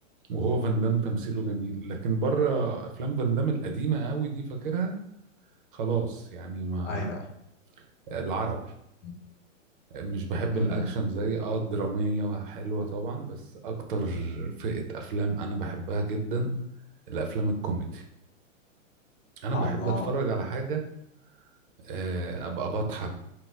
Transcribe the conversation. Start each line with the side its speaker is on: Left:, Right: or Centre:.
Right: وهو فان دام تمثيله جميل لكن بره افلام فان دام القديمة قوي دي فاكرها خلاص يعني ما
Left: أيوه
Right: العربي
Left: مم.
Right: مش بحب
Left: مم.
Right: الاكشن زي اه الدرامية حلوة طبعا بس اكتر فئة افلام انا بحبها جدا الافلام الكوميدي انا
Left: الله
Right: بحب اتفرج على حاجة آه، ابقى بضحك